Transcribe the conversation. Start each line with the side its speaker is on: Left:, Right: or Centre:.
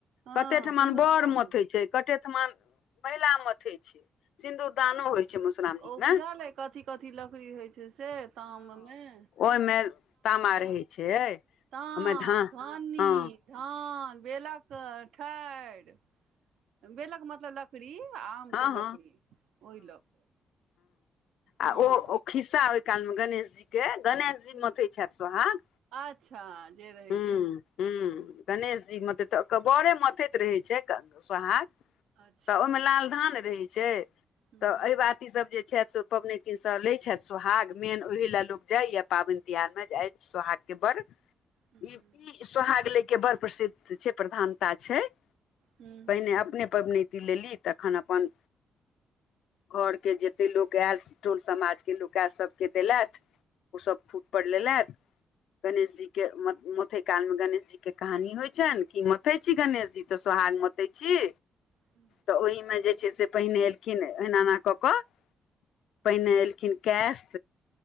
Right: हँ
Left: कते ठमन
Right: सिन्दूरदान
Left: बऽड़ मथैइ
Right: होइ
Left: छै, कटे थमन महिला मथै छै, सिन्दूदानो होइ छै मधुश्रावणी
Right: ओ बुझल
Left: मे
Right: अइ कथी-कथी लकड़ी होइ छै से ताम में?
Left: ओईमे तामा रहै छै।
Right: ताम,
Left: ओहिमे धान
Right: धानी,
Left: हँ
Right: धान, बेलक ठाइर। बेलक मतलब लकड़ी आ आमके
Left: हँ
Right: लकड़ी
Left: हँ
Right: ओई लऽ कऽ। हँ
Left: आ-ओ-ओ खिस्सा ओई काल में गणेश जी के गणेश जी
Right: ह
Left: मथै छैथ सोहाग,
Right: अच्छा जे रहै
Left: हूं।
Right: छथि
Left: ह्म्म, गणेश जी मथैत, अ-क-बऽरे मथैत रहै छै क-सोहाग।
Right: अच्छा
Left: तऽ ओई में लाल धान रहै छै,
Right: हूँ
Left: तऽ अहिबाती सब जे छैथ सो पबनैतिन स लै छैथ सोहाग, मेन ओहि लैऽ लोक जाइयैऽ पाबैन तिहार में जे अइ सोहाग के बड़
Right: हूँ
Left: ई-ई-सोहाग लै के बड़ प्रसिद्ध छै, प्रधानता छै।
Right: हूँ
Left: पहिने
Right: हूँ।
Left: अपने पबनैतीन लेली तखन अपन घर के जते लोक एल, टोल समाज के लोक एल सबके देलैथ। ओ सब खूट पर लेलैथ, गणेश जी के म-मथै काल में गणेश जी के कहानी होइ छैन, की मतथै छी गणेश जी? तऽ सोहाग मते छी।
Right: <unintelligible>
Left: तऽ ओहिमें जे छै से पहिने एलखिन हेना ना कऽ कऽ पहिने एलखिन कैश।